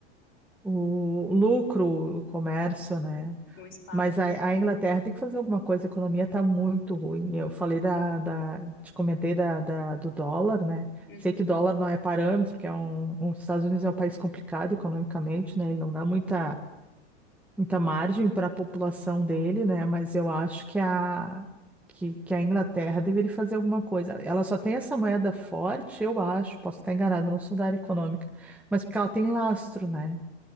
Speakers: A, in the centre; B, on the left.
A: o, o lucro, o comércio, né?
B: no espaço.
A: Mas a, a Inglaterra tem que fazer alguma coisa, a economia está muito ruim. Eu falei da, da- te comentei da, da- do dólar, né?
B: Uhum.
A: Sei que dólar não é parâmetro, que é um, um- os Estados Unidos é um país complicado economicamente, né? Ele não dá muita muita margem para a população dele, né? Mas eu acho que a, que, que a Inglaterra deveria fazer alguma coisa. Ela só tem essa moeda forte, eu acho, posso estar enganada, não sou da área econômica, mas porque ela tem lastro, né?